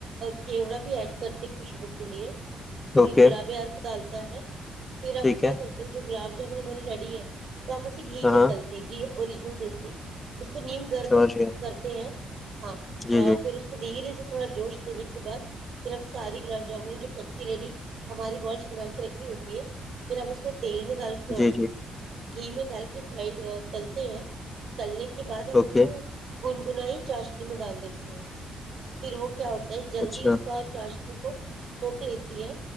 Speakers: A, on the right; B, on the left.
A: کیوڑا بھی ایڈ کرتے خوشبو کے لیے کوئی
B: اوکے
A: گلاب ارک ڈالتے تا ہے <inaudible> پھر ہم
B: ٹھیک
A: کیا
B: ہے
A: کرتے ہیں جو گلاب جامن مری ریڈی ہے تو ہم اسے گھی
B: ہاں
A: میں تلتے گھی اور جلد س کو نیم گرم
B: سمجھ گیا
A: کرتے ہیں ہاں
B: جی جی
A: پھر اس کو دھیرے تھوڑا جوش دینے کے بعد پھر ہم ساری گلاب جامن جو کچی ریڈی ہماری بالس بنا کے رکھی ہوتی ہے پھر ہم اس کو تیل میں دال پ
B: جی جی
A: گھی میں ڈال کے فرائی تلتے ہیں تللی کے بعد ہم
B: اوکے
A: ان کو گنگنا ہی چاشنی میں ڈال دیتی ہے پھر وہ کیا ہو جلدی
B: اچھا
A: اس کا چارج ان کو سوکھ لیتی ہے